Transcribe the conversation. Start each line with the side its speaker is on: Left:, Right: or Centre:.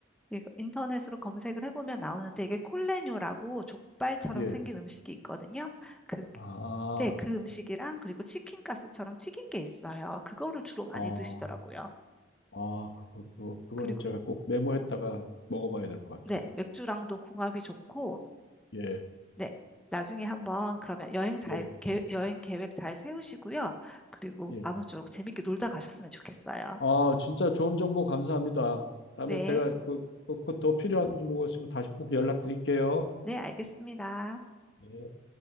Centre: 이거 인터넷으로 검색을 해보면 나오는데 이게 콜레뇨라고 족발처럼
Left: 예.
Centre: 생긴 음식이 있거든요. 그게
Left: 아,
Centre: 네, 그 음식이랑 그리고 치킨 가스처럼 튀긴 게 있어요. 그거를 주로 많이
Left: 아,
Centre: 드시더라고요.
Left: 아, 그거, 그거, 그거는
Centre: 그리고
Left: 제가 꼭 메모했다가 먹어봐야 될 것
Centre: 네,
Left: 같아요.
Centre: 맥주랑도 궁합이 좋고
Left: 예,
Centre: 네, 나중에 한번 그러면 여행 잘
Left: 예,
Centre: 계- 여행 계획 잘 세우시고요. 그리고
Left: 예.
Centre: 아무쪼록 재밌게 놀다 가셨으면 좋겠어요.
Left: 아, 진짜 좋은 정보 감사합니다. 다음에
Centre: 네,
Left: 제가 그, 그, 그 더 필요한 정보가 있으면 다시 꼭 연락드릴게요.
Centre: 네, 알겠습니다.
Left: 네.